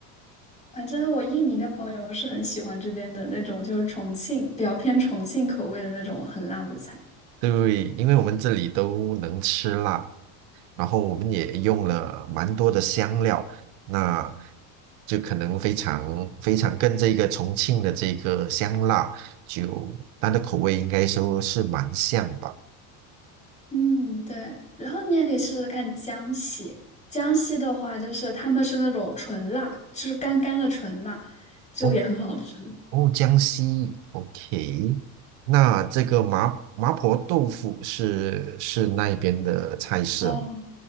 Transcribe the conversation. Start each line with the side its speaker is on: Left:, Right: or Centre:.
Left: 反正我印尼的朋友是很喜欢这边的那种，就是重庆比较偏重庆口味的那种很辣的菜。
Right: 对，因为我们这里都能吃辣，然后我们也用了蛮多的香料，那就可能非常非常跟这个重庆的这个香辣，就它的口味应该说是蛮像吧。
Left: 嗯，对。然后你也可以试试看江西，江西的话就是他们是那种纯辣，就是干干的纯辣，就也很好吃。
Right: 哦哦，江西，OK，那这个麻麻婆豆腐是是那边的菜色吗？
Left: 哦，